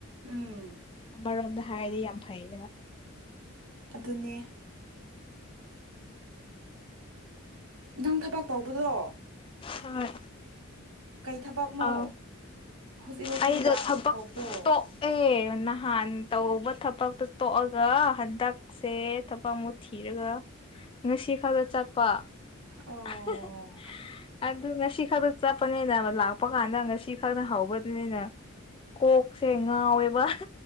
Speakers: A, on the right; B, on the left.
A: ꯎꯝ
B: ꯑꯃꯔꯣꯝꯗ ꯍꯥꯏꯔꯗꯤ ꯌꯥꯝ ꯐꯩꯌꯦꯕ
A: ꯑꯗꯨꯅꯦ ꯅꯪ ꯊꯕꯛ ꯇꯧꯕꯗꯣ
B: ꯍꯣꯏ
A: ꯀꯩ ꯊꯕꯛꯅꯣ
B: ꯑꯥ
A: ꯍꯧꯖꯤꯛ ꯍꯧꯖꯤꯛ
B: ꯑꯩꯗꯣ ꯊꯕꯛ
A: ꯇꯧꯕꯗꯣ
B: ꯇꯣ ꯑꯦ ꯅꯍꯥꯟ ꯇꯧꯕ ꯊꯕꯛꯇꯣ ꯇꯣꯛꯑꯒ ꯍꯟꯗꯛꯁꯦ ꯊꯕꯛ ꯑꯃꯨꯛ ꯊꯤꯔꯒ ꯉꯁꯤ ꯈꯛꯇ ꯆꯠꯄ
A: ꯑꯣ
B: <unintelligible> ꯑꯗꯨ ꯉꯁꯤ ꯈꯛꯇ ꯆꯠꯄꯅꯤꯅ ꯂꯥꯛꯄ ꯀꯥꯟꯗ ꯉꯁꯤ ꯈꯛꯇ ꯍꯧꯕꯅꯤꯅ ꯀꯣꯛꯁꯦ ꯉꯥꯎꯋꯦꯕ